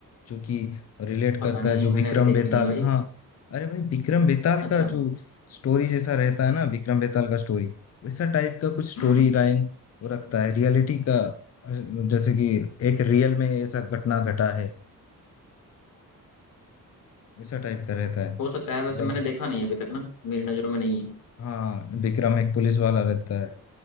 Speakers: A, on the left (about 50°); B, on the left (about 80°).
A: जो कि रिलेट
B: पता
A: करता
B: नहीं
A: है जो
B: मैंने
A: विक्रम
B: अभी देखी
A: बेताल
B: नहीं भाई
A: हाँ अरे भाई विक्रम बेताल
B: अच्छा
A: का जो स्टोरी जैसा रहता है ना विक्रम बेताल का स्टोरी वैसा टाइप का कुछ स्टोरी
B: हम्म
A: लाइन वो रखता है रियलिटी का अ, जैसे कि एक रियल में ऐसा घटना घटा है वैसा टाइप का रहता है मतलब
B: हो सकता है वैसे मैंने देखा नहीं है अभी तक ना मेरी नज़रों में नहीं है
A: हाँ विक्रम एक पुलिस वाला रहता है